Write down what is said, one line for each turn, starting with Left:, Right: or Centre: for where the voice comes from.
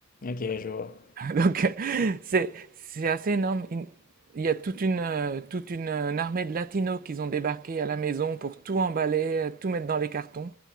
Left: Ok, je vois.
Right: <laughs> Donc, c'est, c'est assez énorme. Il, il y a toute une, euh, toute une euh, une armée de latinos qui ont débarqué à la maison pour tout emballer, tout mettre dans les cartons.